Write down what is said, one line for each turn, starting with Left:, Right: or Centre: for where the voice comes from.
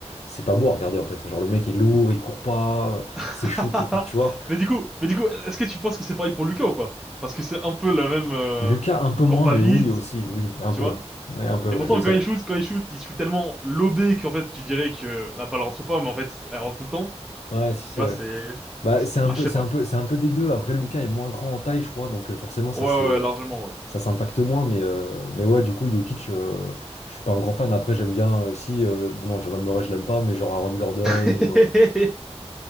Left: C'est pas beau à regarder en fait. Genre le mec est lourd, il court pas, euh, ses
Centre: <laughs>
Left: shoots, enfin tu vois.
Centre: Mais du coup, mais du coup, est-ce que tu penses que c'est pareil pour Lucas ou pas? Parce que c'est un peu la même. euh,
Left: Lucas un peu
Centre: il
Left: moins,
Centre: court pas
Left: mais
Centre: vite,
Left: oui aussi, oui, un
Centre: tu
Left: peu.
Centre: vois.
Left: Ouais, un peu,
Centre: Et pourtant
Left: ouais, oui, ça.
Centre: quand il shoot, quand il shoot, il shoot tellement lobé qu'en fait tu dirais que la balle rentre pas, mais en fait elle rentre tout le temps.
Left: Ouais, si, si,
Centre: Tu vois,
Left: ouais.
Centre: c'est.
Left: Bah, c'est un
Centre: Moi
Left: peu,
Centre: je sais
Left: c'est
Centre: pas.
Left: un peu, c'est un peu des deux. Après, Lucas est moins grand en taille, je crois, donc euh, forcément, ça
Centre: Ouais
Left: se,
Centre: ouais largement
Left: ça s'impacte moins. Mais, euh, mais ouais, du coup, Jokic, euh, je suis pas un grand fan. Après, j'aime bien, euh, si, euh, bon, non, Jamal Murray, je l'aime pas, mais genre Aaron Gordon
Centre: ouais.
Left: ou euh,
Centre: <laughs>